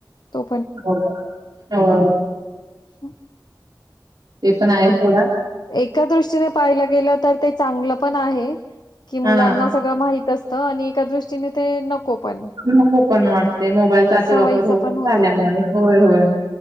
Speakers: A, on the left; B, on the right.
A: तो
B: हो हो
A: अच्छा
B: ते पण आहे थोडा
A: एका दृष्टीने पाहिलं गेलं तर ते चांगलं पण आहे की
B: हा
A: मुलांना सगळं माहित असतं आणि एका दृष्टीने ते नको पण
B: नको पण वाटते मोबाईलचा अति
A: सवयीचं
B: वापर हो
A: पण होतं
B: झाल्यामुळे
A: ते
B: होय होय